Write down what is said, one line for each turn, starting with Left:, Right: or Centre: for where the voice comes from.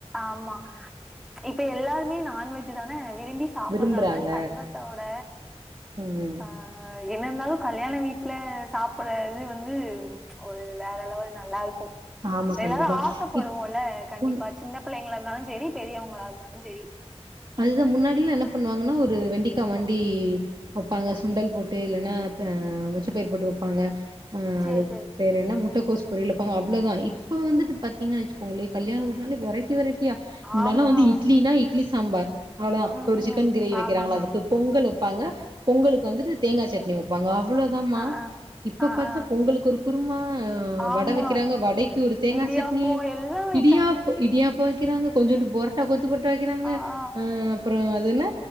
Centre: ஆமா. இப்ப எல்லாருமே நான்வெஜ் தானே விரும்பி சாப்பிடுறாங்க
Right: விரும்புறாங்க.
Centre: சைவத்தோட
Right: ம்.
Centre: ஆஹ என்ன இருந்தாலு கல்யாண வீட்டு வீட்டுல சாப்பற இது வந்து ஒரு வேற லெவல் நல்லா இருக்கு
Right: ஆமா கண்டிப்பா.
Centre: எல்லாரு ஆசைப்படுவோம்ல்ல
Right: இப்போ
Centre: கண்டிப்பா சின்ன பிள்ளைங்கள இருந்தாலு செரி பெரியவங்களா இருந்தாலும் செரி
Right: அதுதா முன்னாடி எல்லா என்ன பண்ணுவாங்கன்னா ஒரு வெண்டிக்கா வண்டி வெப்பாங்க சுண்டல் போட்டு இல்லைன்னா அஹ் மொச்சப்பயிறு போட்டு வெப்பாங்க ஆஹ்
Centre: சேரி
Right: அதுக்கு
Centre: சேரி
Right: பேரு என்ன மு <unintelligible> அவ்வளதா இப்ப வந்துட்டு பாத்தீங்கன்ன வச்சுக்கோங்களே கல்யாணால வெரைட்டி வெரைட்டி <unintelligible> முன்னெல்லா
Centre: ஆமா.
Right: வந்து இட்லனா இ சாம்பார் அவ்வளவுதா
Centre: ம்
Right: ஒரு
Centre: ம்
Right: சிக்கன் கிரேவி வைக்கிறாங்களா
Centre: ஆமாமா.
Right: அதுக்கு பொங்கல் ப்பாங்க பொங்கலுக்கு வந்துட்டு தேங்காய் சட்னி வெப்பாங்க அவ அவ்ளவு தா மா
Centre: அ ஆ
Right: இப்ப
Centre: ஆ
Right: பாத்தா
Centre: ஆ
Right: பொங்களுக்கு ஒரு குருமா ஆ வடை
Centre: ஆமா.
Right: வெக்கிறாங்க வடைக்கு ஒரு தேங்காய்
Centre: இடியாப்போ
Right: சட்னி
Centre: எல்லா விக்காங்க.
Right: இடியாப இடியாப்பம் வெக்கிறாங்க கொஞ்சோண்டு புரோட்டா கொ <unintelligible> வெக்கிறாங்க
Centre: ஆ ஆ
Right: ஆஹ் அப்றோ அதென்ன